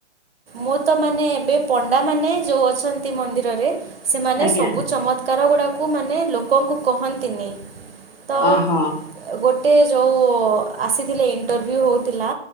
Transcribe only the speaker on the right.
ମୁଁ ତ ମାନେ ଏବେ ପଣ୍ଡାମାନୋନ ଯେଉଁ ଅଛନ୍ତି ମନ୍ଦିରରେ ସେମାନେ
ସବୁ ଚମକାର ଗୁଡା ମାନେ ଲ ଲୋକଙ୍କୁ କହନ୍ତିନି ତ ଗୋ
ଗୋଟେ ଯଉଁ ଆସିଥିଲେ ଇଣ୍ଟରଭ୍ୟୁ ହେଉଥିଲା